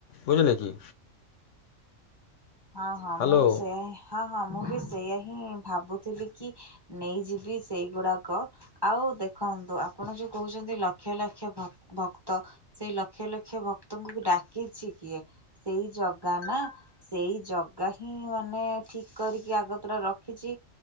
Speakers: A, on the left; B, on the right.
A: ବୁଝିଲେ କି?
B: ହଁ ହଁ
A: ହ୍ୟାଲୋ
B: ମୁଁ ବି ସେଇୟା ହିଁ ହଁ ହଁ ମୁଁ ବି ସେଇୟା ହିଁ ଭାବୁଥିଲି କି ନେଇଯିବି ସେଇଗୁଡାକ। ଆଉ ଦେଖନ୍ତୁ ଆପଣ ଯୋଉ କହୁଛନ୍ତି ଲକ୍ଷ ଲକ୍ଷ ଭ-ଭକ୍ତ। ସେଇ ଲକ୍ଷ ଲକ୍ଷ ଭକ୍ତଙ୍କୁ ଡାକିଛି କିଏ ସେଇ ଜଗା ନା। ସେଇ ଜଗା ହିଁ ମାନେ ଠିକ କରିକି ଆଗତ୍ର ରଖିଛି